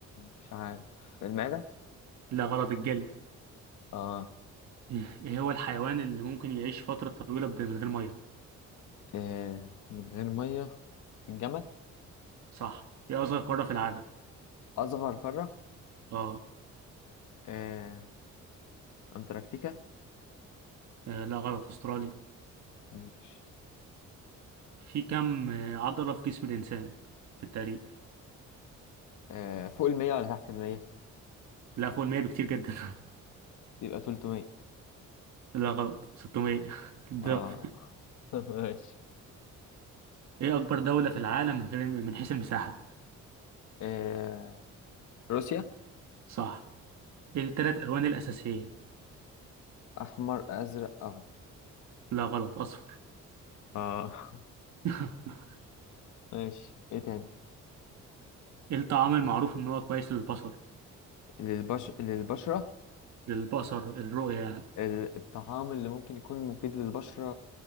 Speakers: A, on the left (about 75°); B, on the right (about 65°).
A: مش عارف المعدة؟
B: لا غلط الجلد
A: آه
B: إيه إيه هو الحيوان اللي ممكن يعيش فترة طويلة بد- من غير مية
A: إيه. من غير مية الجمل
B: صح إيه أصغر قارة في العالم
A: أصغر قارة
B: آه
A: إيه. أنتاركتيكا
B: آه، لا غلط أستراليا
A: ماشي
B: في كم آه، عضلة في جسم الإنسان بالتقريب
A: إيه. فوق المية ولا تحت المية؟
B: لا فوق المية بكتير جدا
A: يبقى تلتمية
B: <laughs> لا غلط 600 <laughs> الضعف
A: آه <laughs> ماشي
B: إيه أكبر دولة في العالم من غير من حيث المساحة
A: إيه. روسيا
B: صح إيه التلات ألوان الأساسية
A: <clears throat> أحمر أزرق أخضر
B: لا غلط أصفر
A: آه
B: <laughs>
A: ماشي ايه تاني
B: إيه الطعام المعروف إن هو كويس للبصر
A: للبش... للبشرة
B: للبصر الرؤية يعني
A: ال- الطعام اللي ممكن يكون مفيد للبشرة